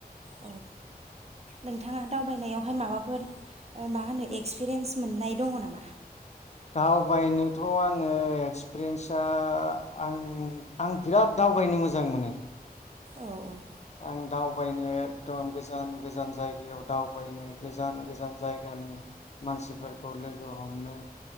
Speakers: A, on the right; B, on the left.
A: औ नोंथाङा दावबायनायावहाय माबाफोर ओ मा होनो एक्सपिरियेन्स मोननाय दङ नामा?
B: दावबायनोथ' आङो एक्सपिरियेन्सा आ आं आं बिराद दावबायनो मोजां मोनो।
A: औ औ
B: आं दावबायनो एकदम गोजान गोजान जायगायाव दावबायनो गोजान गोजान जायगानि मानसिफोरखौ लोगो हमनो